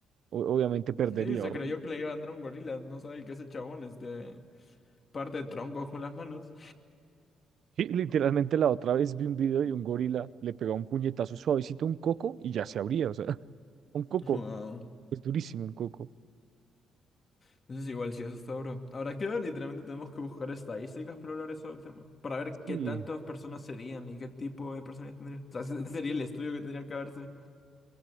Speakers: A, on the right; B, on the left.
A: O- obviamente perdería,
B: Sí, se
A: horrible.
B: creyó que le iba a andar un gorila, no sabe que ese chabón este parte troncos con las manos.
A: Sí, literalmente la otra vez vi un video de un gorila, le pegaba un puñetazo suavecito a un coco y ya se abría, o sea, <laughs> un coco,
B: Wow.
A: es durísimo un coco.
B: Entonces igual si eso está duro. Habrá que ver, literalmente tenemos que buscar estadísticas para hablar eso del tema. Para ver qué
A: Sí,
B: tantas personas serían y qué tipo de personas tendría. O sea, ese sería el estudio que tendría que haberse.